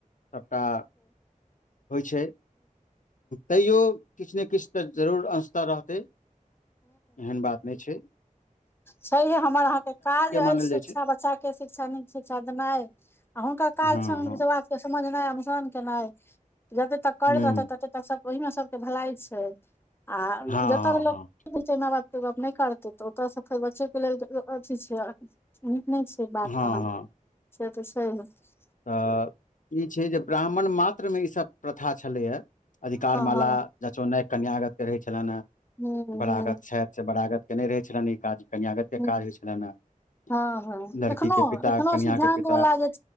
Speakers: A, on the left; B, on the left.
A: सबटा होइ छैय। तैयो किछ ने किछ तऽ जरूर अंश त रहतै। एहन बात नहि छैय।
B: छैहे हमर अहां के काज अछि
A: मानल
B: शिक्षा
A: जाइ छै
B: बच्चा के शिक्षा नीक शिक्षा देनाइ आ हुनकर काज
A: हँ
B: छैन
A: हँ
B: त समझ नैय अनुसान केनाय जतए तक करैत
A: हूँ
B: रहत तते सब ओहिमे सब के भलाई छैय आ
A: हँ
B: जत
A: हँ
B: लोक
A: हँ
B: माय बाप के गप नहि करते तऽ ओतता से फेर बचे के लेल अथी छैय नीक नै छैय। ठीक बात
A: हँ
B: तहन
A: हँ
B: से तऽ छैय
A: तऽ ई छैय जे ब्राह्मण मात्र मे ई सभ प्रथा छलैया। अधिकार माला
B: हँ
A: जचो नहि कन्यागत के रहै छलनि हे
B: हूँ
A: बड़ागत
B: हूँ
A: छैथ से बराागत केने रहै छैय रानी। काज कन्यागत के
B: हूँ
A: काज होइत छलनि हे
B: हँ हँ
A: लड़कीे
B: एखनो
A: पिता
B: एखनो
A: कन्या
B: सिद्धांत
A: के पिता
B: वला जे छै